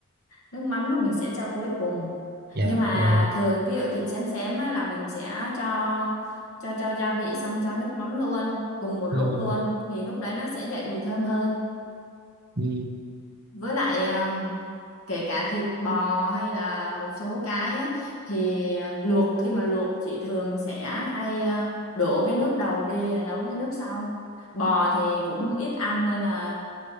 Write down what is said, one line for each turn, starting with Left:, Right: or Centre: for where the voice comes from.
Left: nước mắm là mình sẽ cho cuối cùng
Right: dạ
Left: nhưng mà
Right: dạ
Left: thường ví dụ thịt xém xém á, là mình sẽ cho cho cho gia vị xong cho nước mắm luôn cùng một
Right: ừ,
Left: lúc luôn thì lúc đấy nó sẽ dậy mùi thơm hơn
Right: ừ,
Left: với lại um, kể cả thịt bò hay là một số cái ấy, thì luộc khi mà luộc chị thường sẽ hay uh, đổ cái nước đầu đi rồi nấu cái nước sau bò thì cũng ít ăn nên là